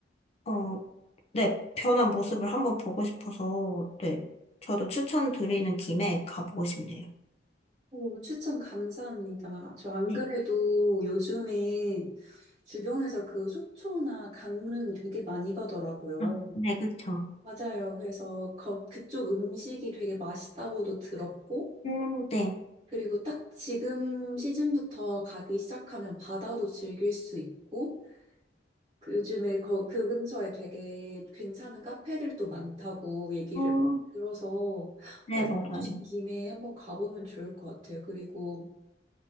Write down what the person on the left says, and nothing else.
어 네, 변한 모습을 한번 보고 싶어서, 네, 저도 추천드리는 김에 가보고 싶네요.
네,
아, 네, 그쵸.
음, 네,
음,
네,
맞아요.